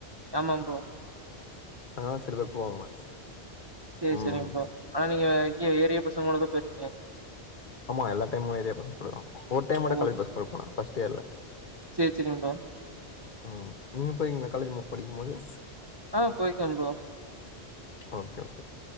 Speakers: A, on the right; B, on the left.
A: ஆமா ப்ரோ
B: அதா சில பேர் போவாங்க
A: செரி
B: ம்
A: செரிங்கா ப்ரோ ஆனா நீங்க இங்க ஏரிய பசங்களோட தா போயிருக்கீங்க
B: ஆமா எல்லா டைமு ஏரியா பசங்க கூடதா ஒரு டைம் மட்டு
A: ஓ!
B: காலேஜ பசங் கூடபோன ஃபஸ்ட் இயர்ல
A: சேரி சேரிங் ப்ரோ
B: ம் நீங்க போயிருக்கிங்ளா காலேஜ் படிக்குபோது
A: ஆ போயிருக்கேன் ப்ரோ.
B: ஓகே ஓகே